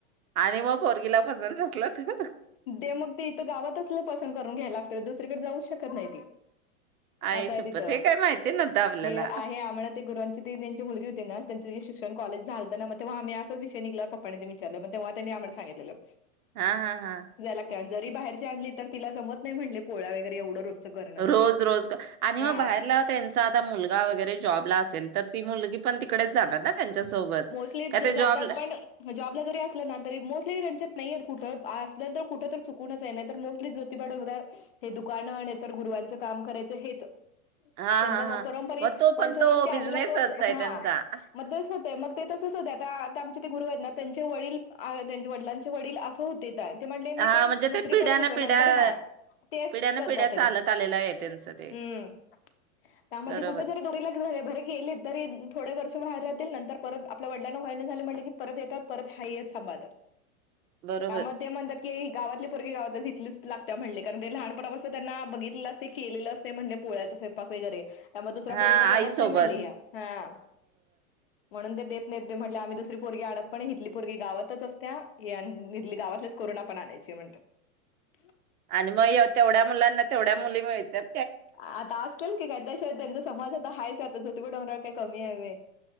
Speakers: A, on the right; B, on the left.
A: आणि मग पोरगीला पसंत नसलं तर
B: ते मग ते इथं गावातलच पसंत करून घ्यायला लागत दुसरीकडे जाऊच शकत नाही ते
A: आई
B: असं
A: शपथ
B: हाय तिथं
A: हे काय माहिती नव्हतं आपल्याला
B: हे आहे आम्हाला ते गुरुवांची ती त्यांची मुलगी होती ना त्यांची शिक -- शिक्षण कॉलेज झालतं ना मग ते तेव्हा आम्ही अस विषय निघला पप्पांनी ते विचारलं मग तेव्हा त्यांनी आम्हाला सांगितलेलं.
A: हा हा
B: त्यात जरी बाहेरची आणली तर तीला जमत नाही म्हटले पोळ्या वैगरे एवढं रो स करण
A: रोज रोज क- आणि
B: हा
A: मग बाहेरला त्यांचा आता मुलगा वगैरे जॉबला असेल तर ती मुलगी पण तिकडेच जाणार ना त्यांच्यासोबत
B: मोस्टली
A: का
B: ज
A: ते
B: जातात
A: जॉबला
B: पण जॉबला जरी असलं ना तरी मोस्टली त्यांच्या नाही येत कुठ पास ल्यानंतर कुठं तर चुकूनच हे नाही तर मोस्टली ज्योतिबा डोंगरा हे दुकानं आणि तर गुरवांच काम करायचं हेच
A: हा
B: त्यांचा
A: हा हा
B: व परंपरे
A: मग तो
B: वंशोवंशी
A: पण तो
B: आलेला
A: बिझनेसच
B: तोच
A: आहे
B: हा
A: त्यांचा
B: मग तेच होतय मग ते तसच होतय आता त्या ते गुरु हेत ना त्यांचे वडील आ त्यांचे वडिलांचे वडील असं होते. ते मनले मी
A: हा
B: पण
A: म्हणजे
B: नोकरी
A: ते पिढ्यान
B: करत होतो
A: पिढ्या
B: नंतर हा तेच
A: पिढ्यान
B: करता
A: पिढ्या
B: तेनी
A: चालत आलेलं आहे त्यांचं ते
B: हम्म त्यामुळं
A: बरोबर
B: ते कुठ जरी दुरीला घ घरी गेलेत तरी थोडे वर्ष बाहेर राहत ते नंतर परत आपल्या वडलांना व्हयाना झाले म्हनल की परत येतात परत हायेत सांभाळतात
A: बरोबर
B: त्यामुळे ते म्हणतात की गाव आपली पोरगी गावातच इथलीच लागत्या म्हणले कारण ते लहानपणापासून त्यांना बघितलं असतय केलेलं असतय म्हणले पोळ्याच सै पाक वगैरे त्यामुळे दुसऱ्या
A: हा
B: पोरींना
A: आई
B: जमत
A: सोबत
B: नाही म्हणले या हा म्हणून ते देत नाहीत ते म्हनले आम्ही दुसरी पोरगी आडत पण ह इथली पोरी गावातच असत्या यान इथली गावातलीच कोरोना पण आणायची म्हणत्यात
A: आणि म ह्यो तेवढ्या मुलांना तेवढ्या मुली मिळत्यात
B: आता असतीलकी काय त्याशिय त्यांचा समाज आता हाय त्यातच होते बट <unintelligible> काय कमी आहेवे